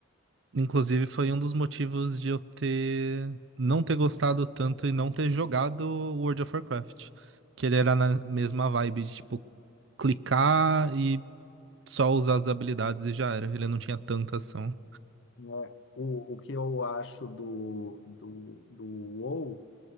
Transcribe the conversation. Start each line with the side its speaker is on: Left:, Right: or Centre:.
Right: Inclusive, foi um dos motivos de eu ter não ter gostado tanto e não ter jogado World of Warcraft. Que ele era na mesma vibe de, tipo, clicar e só usar as habilidades e já era. Ele não tinha tanta ação.
Left: Né, É, O, o que eu acho do, do, do WoW